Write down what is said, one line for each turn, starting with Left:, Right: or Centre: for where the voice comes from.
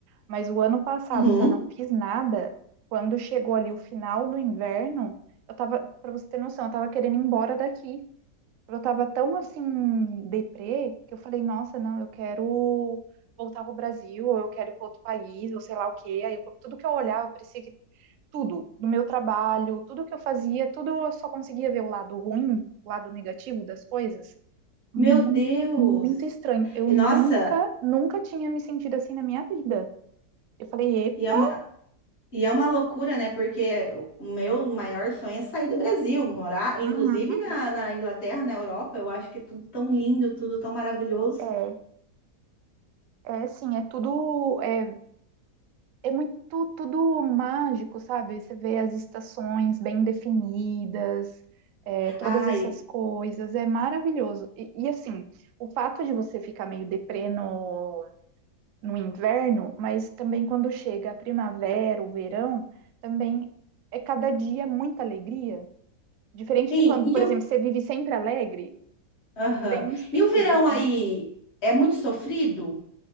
Right: mas o ano passado
Left: Uhum.
Right: que eu não fiz nada, quando chegou ali o final do inverno, eu tava, para você ter noção, eu tava querendo ir embora daqui. Eu tava tão assim deprê que eu falei, nossa, não, eu quero voltar pro Brasil, ou eu quero ir para outro país, ou sei lá o quê. Aí eu- tudo que eu olhava parecia que tudo, do meu trabalho, tudo que eu fazia, tudo eu só conseguia ver o lado ruim, o lado negativo das coisas. Muito,
Left: Meu Deus!
Right: muito estranho. Eu
Left: E
Right: nunca,
Left: nossa,
Right: nunca tinha me sentido assim na minha vida. Eu falei, epa,
Left: e é uma E é uma loucura, né? Porque o meu maior sonho é sair do Brasil, morar, inclusive
Right: Uhum.
Left: na, na Inglaterra, na Europa. Eu acho que é tudo tão lindo, tudo tão maravilhoso.
Right: é, é assim, é tudo, é, é muito, tudo mágico, sabe? Você vê as estações bem definidas, é, todas
Left: Ai,
Right: essas coisas, é maravilhoso. E, e, assim, o fato de você ficar meio deprê no no inverno, mas também quando chega a primavera, o verão, também é cada dia muita alegria. Diferente
Left: hein,
Right: de quando,
Left: e,
Right: por exemplo,
Left: o,
Right: você vive sempre alegre,
Left: aham.
Right: tem uns picos
Left: E o verão
Right: assim.
Left: aí é muito sofrido?